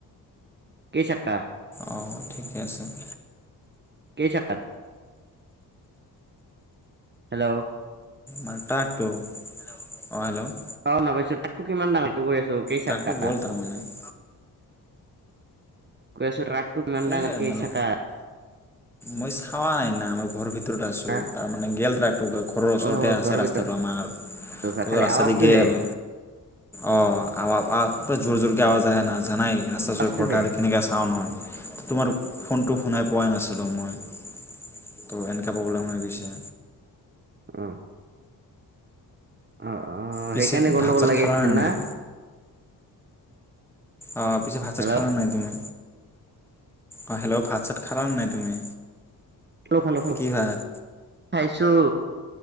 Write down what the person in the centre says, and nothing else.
অঁ ঠিকে আছে। <inaudible>
মাটাৰটো অঁ হেল্ল'।
ট্ৰাকটো গ'ল তাৰমানে।
এই
মানে
মই চাৱা নাই না, মই ঘৰৰ ভিতৰত আছো,
তাৰ মানে গেল ট্ৰাকটো। ঘৰৰ ওচৰতে
আছে
ৰাস্তাটো
আমাৰ,
ত'
ৰাস্তাদি
গেল। অঁ', আমা আগফালে জোৰ জোৰকে আৱাজ আহে না, জানাই ৰাস্তা
ওচৰত ঘৰ থাকিলে কেনেকে চাউণ্ড হয়। তোমাৰ ফোনটো শুনাই পোৱাই নাছিলোঁ মই, ত' এনকে প্ৰব্লেম হৈ গৈছে।
পিছে
তুমি
ভাত চাত
খালানে
নাই অ', পিছে ভাত চাত
খালা নাই তুমি? অ', হেল্ল' ভাত চাত খালা নে নাই তুমি?
কি ভাত